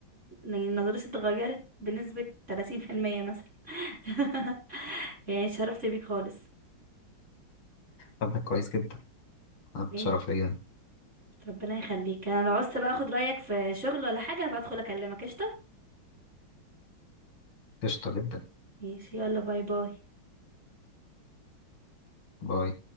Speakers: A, on the right; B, on the left.
A: يعني نظرتي اتغيرت بنسبه 30% مثلا <laughs> يعني اتشرفت بيك خالص
B: طب ده كويس جدا أنا متشرف
A: ماشي
B: ليا أنا
A: ربنا يخليك انا لو عوزت بقى اخد رايك في شغل ولا حاجه هبقى ادخل اكلمك قشطه
B: قشطة جدا
A: ماشي يلا باي باي
B: باي